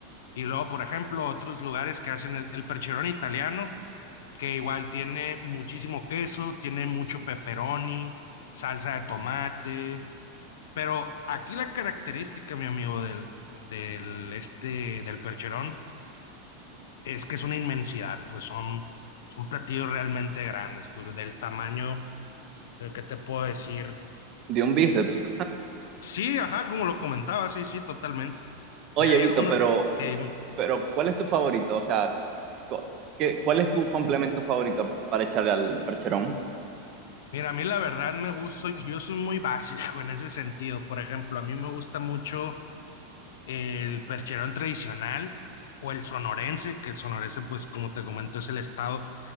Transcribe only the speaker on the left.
Y luego, por ejemplo, otros lugares que hacen el, el percherón italiano, que igual tiene muchísimo queso, tiene mucho pepperoni, salsa de tomate, pero aquí la característica, mi amigo, del, del, este, del percherón es que es una inmensidad, pues son, son platillos realmente grandes, pues del tamaño del que te puedo decir.
Sí, ajá, como lo comentaba, sí, sí, totalmente.
Y hay
algunos
que, que me-
mira, a mí la verdad me gusta, yo soy muy básico en ese sentido. Por ejemplo, a mí me gusta mucho el percherón tradicional o el sonorense, que el sonorense, pues como te comento, es el estado.